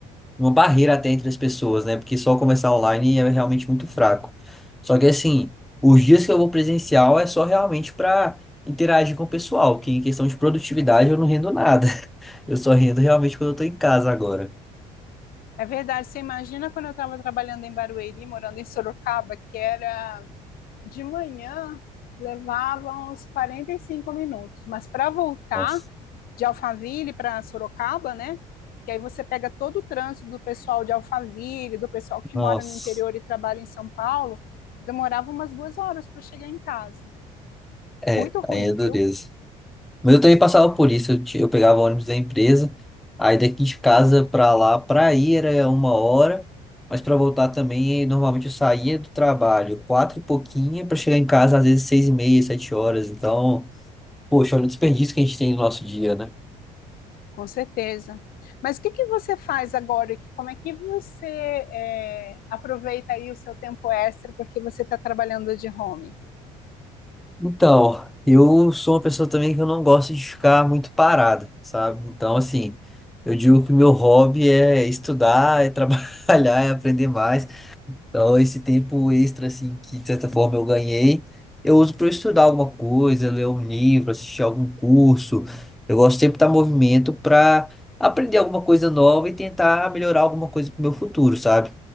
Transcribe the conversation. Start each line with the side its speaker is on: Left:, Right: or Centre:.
Centre: uma barreira até entre as pessoas, né? Porque só começar online é realmente muito fraco. Só que assim, os dias que eu vou presencial é só realmente para interagir com o pessoal, que em questão de produtividade eu não rendo nada. <laughs> Eu só rendo realmente quando eu tô em casa agora.
Left: É verdade. Você imagina quando eu estava trabalhando em Barueri, morando em Sorocaba, que era de manhã, levava uns 45 minutos, mas para voltar
Centre: Nossa,
Left: de Alphaville para Sorocaba, né? Que aí você pega todo o trânsito do pessoal de Alphaville, do pessoal que
Centre: nossa.
Left: mora no interior e trabalha em São Paulo, demorava umas duas horas para chegar em casa.
Centre: É,
Left: Muito ruim,
Centre: aí é dureza.
Left: viu?
Centre: Mas eu também passava por isso, eu, ti- eu pegava o ônibus da empresa, aí daqui de casa pra lá, pra ir era uma hora, mas pra voltar também, normalmente eu saía do trabalho quatro e pouquinha pra chegar em casa às vezes seis e meia, sete horas, então, poxa, olha o desperdício que a gente tem no nosso dia, né?
Left: Com certeza. Mas o que, que você faz agora? Como é que você é, aproveita aí o seu tempo extra porque você está trabalhando de home?
Centre: Então, eu sou uma pessoa também que eu não gosto de ficar muito parada, sabe? Então, assim, eu digo que o meu hobby é estudar, é <laughs> trabalhar, é aprender mais, Então, esse tempo extra, assim, que de certa forma eu ganhei, eu uso para estudar alguma coisa, ler um livro, assistir algum curso. Eu gosto sempre de estar em movimento para aprender alguma coisa nova e tentar melhorar alguma coisa para o meu futuro, sabe?